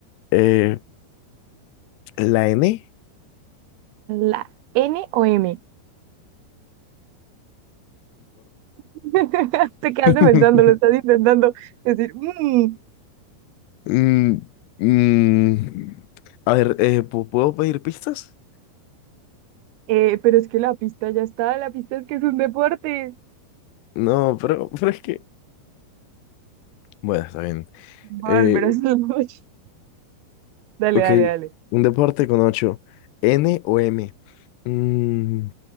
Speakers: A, on the left (about 80°); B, on the right (about 75°).
A: Eh, la N,
B: La N o M. <laughs> Te quedaste
A: <laughs>
B: pensando, lo estás intentando decir. "Mm,
A: Mm, mm, A ver, eh, ¿pu- ¿puedo pedir pistas?
B: eh, pero es que la pista ya está, la pista es que es un deporte.
A: No, pero, pero es que... Bueno, está bien.
B: Va
A: Eh,
B: a volver a hacer la noche. <laughs> Dale,
A: ok,
B: dale, dale.
A: un deporte con ocho. ¿N o M? Mm,